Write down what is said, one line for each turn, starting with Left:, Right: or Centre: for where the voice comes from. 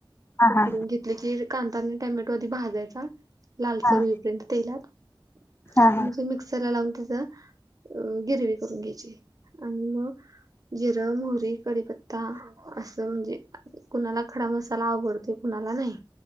Left: हा
Right: उकडून
Left: हा
Right: घेत घेतलं की कांदा नी टॅमेटो आधी भाजायचा लालसर
Left: हा
Right: होईपर्यंत तेलात
Left: हा हा
Right: आणि जे मिक्स मिक्सरला लावून त्याचं गिरवी करून घ्यायची आणि मग अ मोहरी कडीपत्ता असं म्हणजे कुणाला खडा मसाला आवडतोय कुणाला नाही.